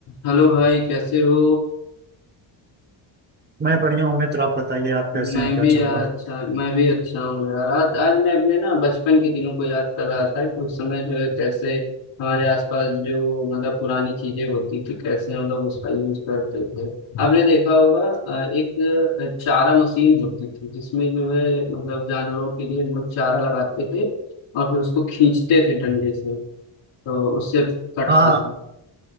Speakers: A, on the left; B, on the right.
A: Hello भाई कैसे हो
B: मैं बढ़िया हूँ मित्र आप बताइए आप कैसे
A: मैं
B: हैं क्या
A: भी
B: चल
A: यार
B: रहा
A: अच्छा मैं भी अच्छा हूँ यार आज आज मैं अपने ना बचपन के दिनों को याद कर रहा था कि उस समय जो है कैसे हमारे आसपास जो मतलब पुरानी चीजें होती थी कैसे हम लोग उसका यूज करते थे आपने देखा होगा अ, एक अ, चारा मशीन होती थी जिसमें जो है मतलब जानवरों के लिए हम लोग चारा लगाते थे और फिर उसको खींचते थे डंडे से तो उससे कटता
B: हाँ
A: था